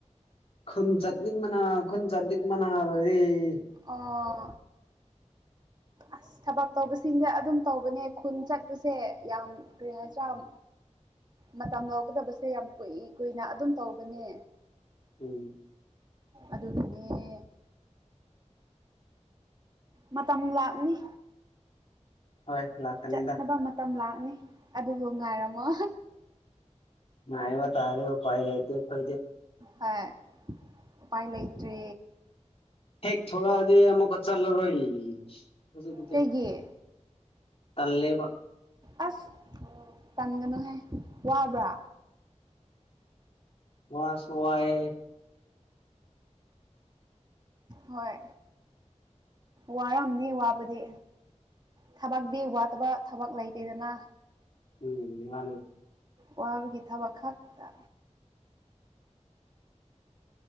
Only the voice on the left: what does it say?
ꯈꯨꯟ ꯆꯠꯅꯤꯡ ꯃꯅꯥ ꯈꯨꯟ ꯆꯠꯅꯤꯡ ꯃꯅꯥ ꯂꯣꯏꯔꯦ
ꯎꯝ
ꯍꯣꯏ ꯂꯥꯛꯀꯅꯤꯗ
ꯅ ꯏꯕ ꯇꯥꯔꯦꯕ ꯐꯥꯏ ꯂꯩꯇ ꯀꯦ
ꯍ ꯊꯣꯣꯔꯗꯤ ꯑꯃꯃꯨꯀ ꯆꯜꯂꯔꯣ ꯍꯧꯖꯤꯗ
ꯇꯜꯂꯦꯕ
ꯋꯥ ꯁꯋꯥꯑ
ꯎꯝ ꯌꯥꯅꯦ